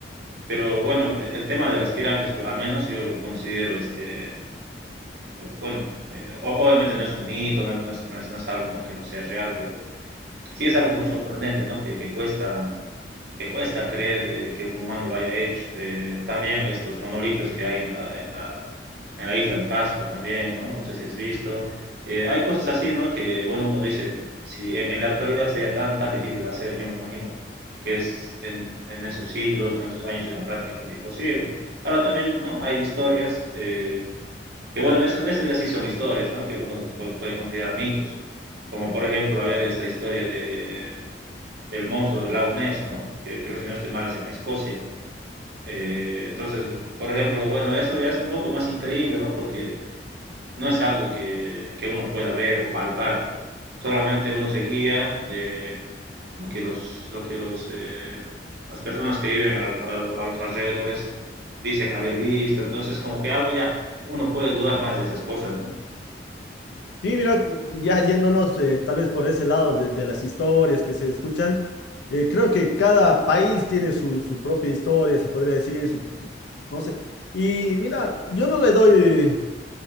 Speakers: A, on the right (about 65°); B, on the left (about 75°).
A: pero bueno, el tema de las pirámides, por al menos yo lo considero, este, bueno, eh, o- obviamente no es un mito, no, es, no, es, no, es, no es, algo ¿no? que no sea real, pero sí es algo muy sorprendente, ¿no? Que, que cuesta, que cuesta creer eh, que un humano lo haya hecho. Eh, también estos monolitos que hay en la, en la, en la isla de Pascua también, ¿no? No sé si has visto. Eh, hay cosas así, ¿no? Que, bueno, uno dice, si en, en la actualidad sería tan, tan difícil hacer, yo me imagino que es en, en esos siglos o en esos años era prácticamente imposible. Ahora también, ¿no? Hay historias eh, que bueno, eso, esto ya sí son historias, ¿no? Que uno se puede, puede considerar mitos. Como por ejemplo, a ver, esta historia de, del monstruo del lago Ness, ¿no? Que creo, si no estoy mal, es en Escocia. Eh, entonces, por ejemplo, bueno, esto ya es un poco más increíble, ¿no? Porque no es algo que, que uno pueda ver o palpar. Solamente uno se guía de lo que los, lo que los, eh, las personas que viven a, a, a los alrededores dicen haber visto. Entonces, como que algo ya, uno puede dudar más de esas cosas, ¿no?
B: Sí, mira, ya yéndonos eh, tal vez por ese lado de, de las historias que se escuchan, eh, creo que cada país tiene su, su propia historia, se podría decir, su, no sé. Y mira, yo no le doy